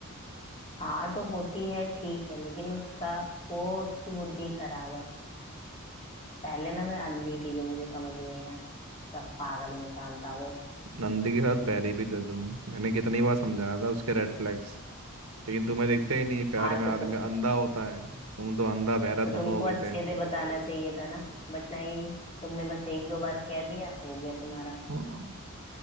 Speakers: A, on the left; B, on the right.
A: हाँ तो होती है ठीक है लेकिन उसका वो उसकी बुद्धि खराब है पहले ना मैं अंधी थी जो मुझे समझ नहीं आया क्या पागल इंसान था वो
B: नंदी के साथ बैरी भी थे तुम मैंने कितनी बार समझाया था उसके रेड फ्लैग्स लेकिन तुम्हें दिखते ही नहीं प्यार
A: हाँ
B: में
A: तो,
B: आदमी
A: तो,
B: अंधा होता है तुम तो अंधा बहरा
A: तो
B: दोनों
A: तुमको
B: हो गए
A: अच्छे
B: थे
A: से बताना चाहिए था ना बट नहीं तुमने बस एक दो बार कह दिया हो गया तुम्हारा
B: हाँ,